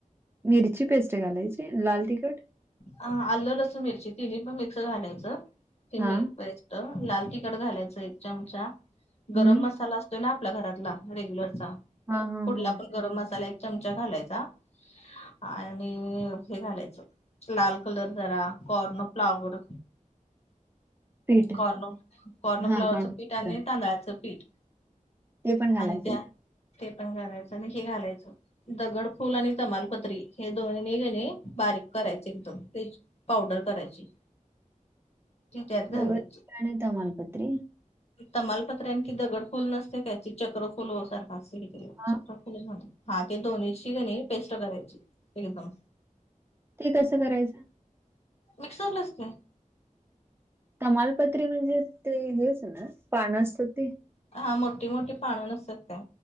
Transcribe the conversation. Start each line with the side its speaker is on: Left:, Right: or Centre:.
Right: मिरची पेस्ट घालायची लाल तिखट
Left: हा आलं लसूण मिरची तिन्ही पण मिक्सर घालायचं हे
Right: हां,
Left: मि ेस् लाल तिखट घालायच एक चमचा गरम
Right: हं.
Left: मसाला तो न आपल्या घरातला रेग्युलरचा
Right: हां, हां,
Left: कुठला
Right: हां.
Left: पण गरम मसाला एक चमचा घालायचा आणि हे घालायचं लाल कलर जरा कॉर्न फ्लावर
Right: पीठ.
Left: कॉर्न कॉर्न
Right: हां,
Left: फ्लावरचं
Right: कॉर्नफ्लोअर.
Left: पीठ आणि तांदळाचं पीठ
Right: ते पण घालायचंय.
Left: आणि त्या ते पण घालायचं आणि हे घालायचं दगडफूल आणि तमालपत्री हे दोन्ही गणे बारीक करायची एकदम ते पावडर करायची ती त्यात
Right: दगडफूल
Left: घालायची
Right: आणि तमालपत्री.
Left: तमालपत्र आणखी दगडफुल नसते काय त चक्रफुल हो सारखा असते काहीतरी
Right: हां,
Left: चक्रफुलच म्हणतात हा ते दोन्हीची घणी पेस्ट करायची एकदम
Right: ते कसं करायचं
Left: मिक्सरलाचते
Right: तमालपत्री म्हणजे ते हेच ना पान असत ते
Left: हा मोठी मोठी पाणं नसतात का